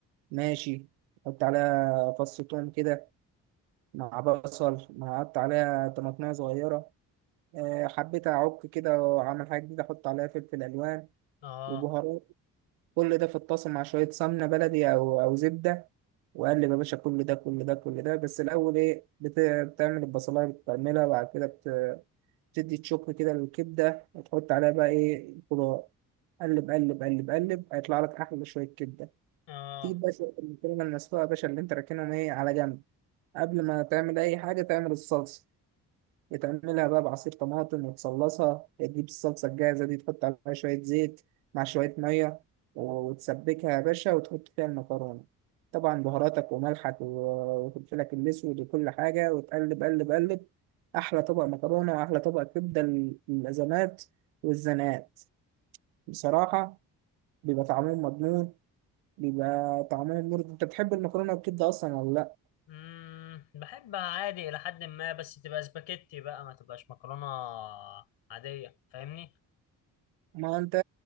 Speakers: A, on the right; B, on the left.
A: ماشي أحط عليها فص توم كده مع بصل مع أحط عليها طماطمية صغيرة آه، حبيت أعك كده وأعمل حاجة جديدة أحط عليها فلفل ألوان
B: اه
A: وبهارات كل ده في الطاسة مع شوية سمنة بلدي أو أو زبدة وأقلب يا باشا كل ده كل ده كل ده بس الأول إيه بت... بتعمل البصلاية بتعملها وبعد كده بت... بتدي تشك كده للكبدة وتحط عليها بقى إيه الخضار قلب قلب قلب قلب هيطلع لك أحلى شوية كبدة
B: اه
A: تجيب بقى شوية المكرونة المسلوقة يا باشا اللي أنت راكنهم إيه على جنب قبل ما تعمل أي حاجة تعمل الصلصة بتعملها بقى بعصير طماطم وتصلصها تجيب الصلصة الجاهزة دي تحط عليها شوية زيت مع شوية مية وتسبكها يا باشا وتحط فيها المكرونة طبعا بهاراتك وملحك و- وفلفلك الأسود وكل حاجة وتقلب قلب قلب أحلى طبق مكرونة وأحلى طبق كبدة لل- للأزمات والزنات بصراحة بيبقى طعمهم مضمون بيبقى طعمهم مرضي أنت بتحب المكرونة والكبدة أصلا ولا لأ؟
B: امم بحبها عادي الى حد ما بس تبقى سباكيتي بقى ما تبقاش مكرونة عادية فاهمني
A: ما انت